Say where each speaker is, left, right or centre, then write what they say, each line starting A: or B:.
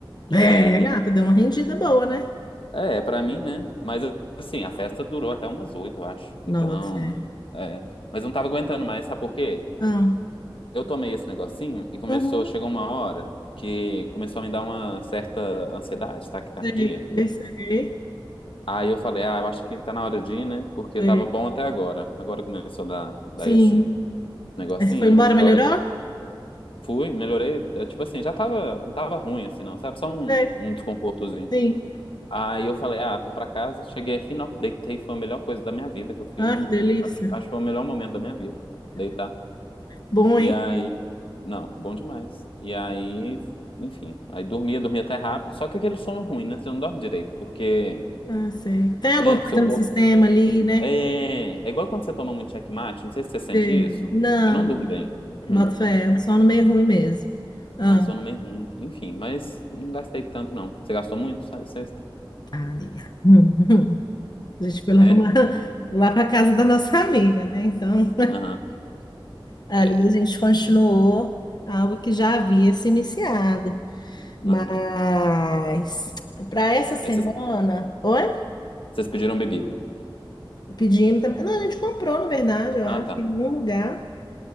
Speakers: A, on the left; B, on the left.
A: E
B: É,
A: aí,
B: gata, deu uma rendida boa, né?
A: É, pra mim, né? Mas assim, a festa durou até umas oito, eu acho. Então,
B: Não, boto fé.
A: é. Mas eu não tava aguentando mais, sabe por quê?
B: Ah.
A: Eu tomei esse negocinho e começou,
B: Uhum.
A: chegou uma hora que começou a me dar uma certa ansiedade, taquicardia.
B: Sei, sei,
A: Aí eu falei, ah, eu acho que tá na hora de ir, né? Porque
B: sei.
A: tava bom até agora. Agora começou a dar, dar
B: Sim.
A: esse negocinho,
B: Aí você foi embora,
A: acho
B: melhorou?
A: que é hora de. Fui, melhorei. É, tipo assim, já tava, não tava ruim assim, não, sabe? Só um,
B: Sei.
A: um desconfortozinho.
B: Sim.
A: Aí eu falei, ah, vou pra casa. Cheguei aqui, não, deitei, foi a melhor coisa da minha vida que eu fiz
B: Ah,
A: no mundo.
B: que delícia.
A: Acho, acho que foi o melhor momento da minha vida, deitar.
B: Bom,
A: E
B: hein?
A: aí, não, bom demais. E aí, enfim, aí dormia, dormia até rápido. Só que aquele sono ruim, né? Você não dorme direito, porque,
B: Ah, sei. Tem
A: né,
B: alguma
A: o
B: coisa
A: seu
B: no
A: corpo.
B: sistema ali, né?
A: É, é igual quando você toma muito checkmate, não sei se você sente
B: Sei.
A: isso.
B: Não,
A: Eu não durmo bem. Hum,
B: bota fé, é só no meio ruim mesmo. Ah,
A: É um sono meio ruim. Enfim, mas não gastei tanto, não. Você gastou muito, sabe, sexta?
B: ah, amiga. <laughs> Hum, hum. A gente foi lá
A: É?
B: para
A: Hum,
B: <laughs> lá para casa da nossa amiga, né? Então,
A: Aham,
B: ali
A: é,
B: a gente continuou algo que já havia se iniciado. Mas
A: aham.
B: para essa semana,
A: Aí você
B: oi?
A: Vocês pediram bebida.
B: Pedimos também. Não, a gente comprou, na verdade, eu acho,
A: Ah, tá.
B: em algum lugar.